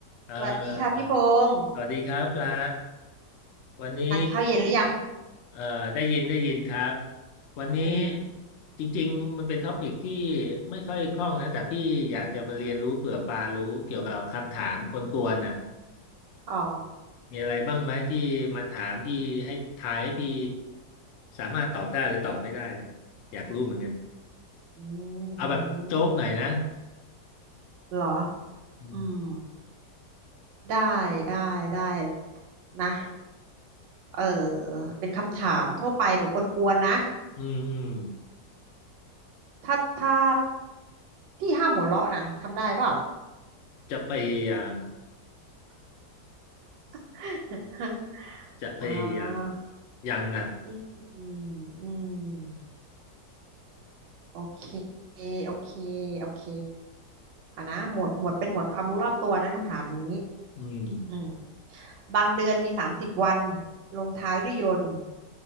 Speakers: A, on the left; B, on the right.
A: เอ่อ
B: สวัสดีค่ะพี่พงษ์
A: สวัสดีครับปลา วันนี้
B: ทานข้าวเย็นหรือยัง
A: เอ่อได้ยินได้ยินครับ วันนี้
B: อืม
A: จริงๆมันเป็นท็อปิกที่ไม่ค่อยคล่องนะแต่พี่อยากจะมาเรียนรู้เผื่อปลารู้เกี่ยวกับคำถามกวนๆน่ะ
B: อ๋อ
A: มีอะไรบ้างไหมที่มาถามพี่ให้ทายให้พี่สามารถตอบได้หรือตอบไม่ได้ อยากรู้เหมือนกัน
B: อืมอื
A: เอาแบบโจ๊กหน่อยนะ
B: มเหรอ
A: อืม
B: อืมได้ได้ได้นะเออเป็นคำถามทั่วไปแบบกวนๆนะ
A: อืมอืม
B: ถ้าถ้าพี่ห้ามหัวเราะนะทำได้เปล่า
A: จะพยายาม
B: <laughs>
A: จะพยายาม
B: อ่า
A: อย่างหนัก
B: อืมอืมโอเคโอเคโอเคอ่ะนะหมวดหมวดเป็นหมวดความรู้รอบตัวนะคำถามนี้
A: อืม
B: อืม บางเดือนมีสามสิบวันลงท้ายด้วยยนต์